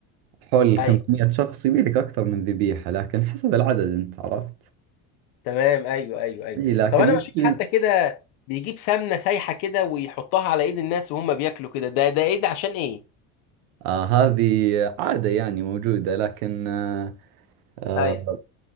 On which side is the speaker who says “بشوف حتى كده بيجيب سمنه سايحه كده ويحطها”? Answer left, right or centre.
Left